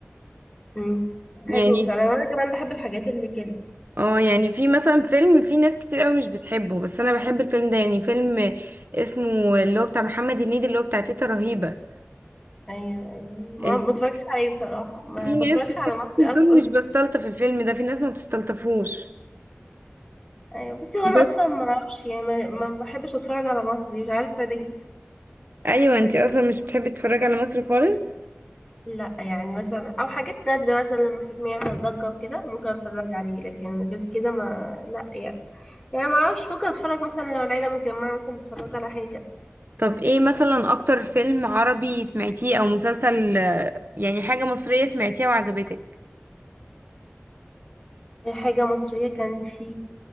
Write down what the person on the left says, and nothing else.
امم
حلو فعلا انا كمان بحب الحاجات اللي كده
ايوه ايوه ما
ما بتفرجش عليه بصراحه ما
بتفرجش
على
مصري
اصلا
ايوه بس هو انا
اصلا ما اعرفش يعني ما, ما بحبش اتفرج على مصري مش عارفه ليه
لا يعني مثلا او حاجات نادرة مثلا لما فيلم يعمل ضجة وكده ممكن اتفرج عليه لكن غير كده ما لا يعني يعني ما اعرفش ممكن اتفرج مثلا لو العيلة متجمعة مثلا بتتفرج على حاجة
حاجة مصرية كان في